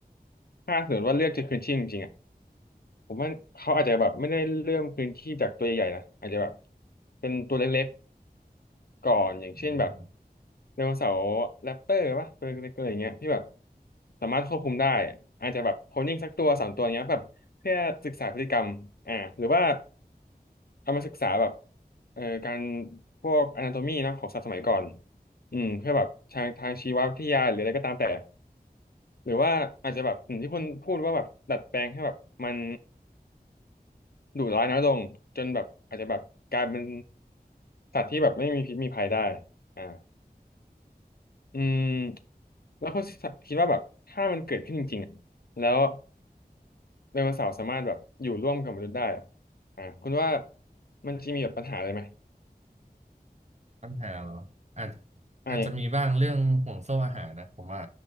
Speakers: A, on the left (about 70°); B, on the right (about 45°).
A: ถ้าสมมติว่าเลือกจะคืนชีพจริงๆอ่ะผมว่าเขาอาจจะแบบไม่ได้เริ่มคืนชีพจากตัวใหญ่ๆนะอาจจะแบบเป็นตัวเล็กๆก่อนอย่างเช่นแบบ
B: อืม
A: ไดโนเสาร์แรปเตอร์ป่ะตัวเล็กๆอะไรอย่างเงี้ยที่แบบสามารถควบคุมได้อาจจะแบบโคลนนิ่งสักตัวสามตัวเงี้ยแบบเพื่อศึกษาพฤติกรรมอ่าหรือว่าเอามาศึกษาแบบเอ่อการพวกอนาโตมีนะของสัตว์สมัยก่อนอืมเพื่อแบบทางทางชีววิทยาหรืออะไรก็ตามแต่ หรือว่าอาจจะแบบอย่างที่คุณพูดว่าแบบดัดแปลงให้แบบมันดุร้ายน้อยลงจนแบบอาจจะแบบกลายเป็นสัตว์ที่แบบไม่มีพิษมีภัยได้อ่าอืมแล้วคุณคิดว่าแบบถ้ามันเกิดขึ้นจริงๆอ่ะแล้วไดโนเสาร์สามารถแบบอยู่ร่วมกับมนุษย์ได้อ่ะอ่าคุณว่ามันจะมีแบบปัญหาอะไรไหม
B: ปัญหาเหรออาจ
A: อ่าเนี่ย
B: อาจจะมีบ้างเรื่องห่วงโซ่อาหารนะผมว่า